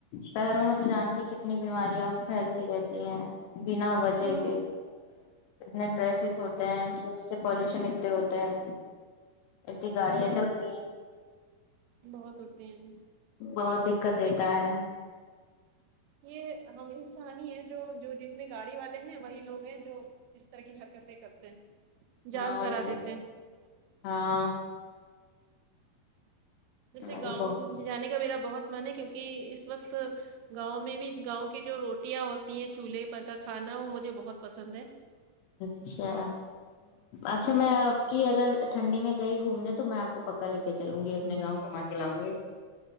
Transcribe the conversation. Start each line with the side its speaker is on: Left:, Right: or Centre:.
Left: شہروں میں تو جانتی کتنی بیماریاں پھیلتی رہتی ہیں بنا وجہ
Right: ہوں
Left: کے اتنے ٹریفک ہوتے ہیں کہ اس سے پالوشن اتتے ہوتے ہیں اتنی گاڑیاں
Right: بہت
Left: چلتی
Right: ہوتے
Left: ہ
Right: ہیں بہت ہوتے ہیں
Left: بہت دقت دیتا
Right: لیکن
Left: ہے
Right: یہ ہم انسانی ہی ہے جو جو جتنے گاڑی والے ہیں وہی لوگ ہیں جو اس طرح کی حرکتیں کرتے ہیں جام
Left: ہاں اور
Right: کرا
Left: کیا
Right: دیتے ہیں۔
Left: ہاں
Right: جیسے
Left: ارے
Right: گاؤں
Left: بہت
Right: جانے کا میرا بہت من ہے کیونکہ اس وقت گاؤں میں بھی گاؤں کی جو روٹیاں ہوتی ہیں چولہے پر کا کھانا وہ مجھے بہت پسند ہے
Left: اچھا اچھا
Right: ہوں
Left: میں کہ اگر ٹھنڈی میں گئی گھومنے تو میں آپ کو پکا لکے چلوں گی اپنے گاؤں گھوما کے لاؤں گی